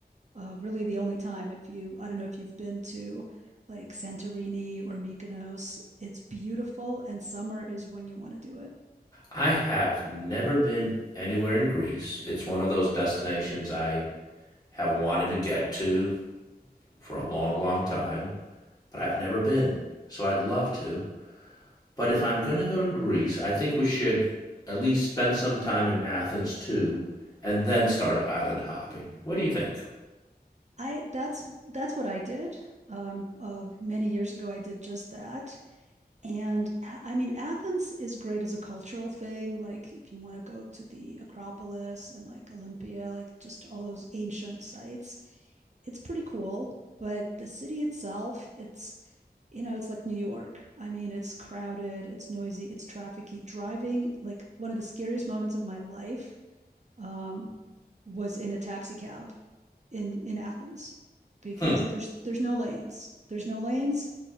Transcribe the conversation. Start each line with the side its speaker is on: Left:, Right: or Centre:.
Right: uh, really the only time if you I don't know if you've been to like Santorini or Mykonos. It's beautiful and summer is when you want to do it.
Left: I have never been anywhere in Greece. It's one of those destinations I have wanted to get to for a long, long time, but I've never been. So I'd love to. But if I'm going to go to Greece, I think we should at least spend some time in Athens too, and then start island hopping. What do you think?
Right: I that's that's what I did. Um, uh, many years ago I did just that. And I mean, Athens is great as a cultural thing. Like, if you want to go to the Acropolis and like Olympia, like just all those ancient sites, it's pretty cool. But the city itself, it's, you know, it's like New York. I mean, it's crowded, it's noisy, it's trafficy. Driving, like, one of the scariest moments of my life um, was in a taxi cab in, in Athens because
Left: Hmm.
Right: there's there's no lanes. There's no lanes.